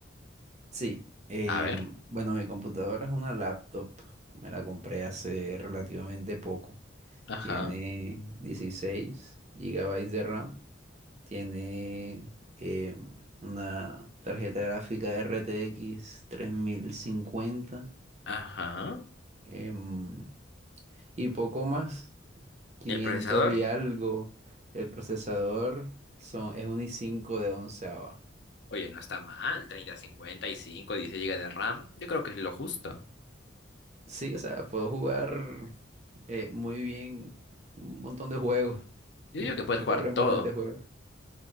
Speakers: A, on the right; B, on the left.
A: Sí, em,
B: A ver.
A: bueno, mi computadora es una laptop, me la compré hace relativamente poco.
B: Ajá.
A: Tiene 16 gigabytes de RAM Tiene eh, una tarjeta gráfica RTX 3050
B: Ajá.
A: em, y poco más, quinientos
B: El procesador.
A: y algo. El procesador son, es un i cinco de 11ava.
B: Oye, no está mal. Treinta cincuenta y cinco, 16 gigas de RAM. Yo creo que es lo justo.
A: Sí, o sea, puedo jugar eh, muy bien un montón de juegos. <laughs>
B: Yo digo que puedes
A: Me
B: jugar
A: corren
B: todo.
A: bastantes juegos.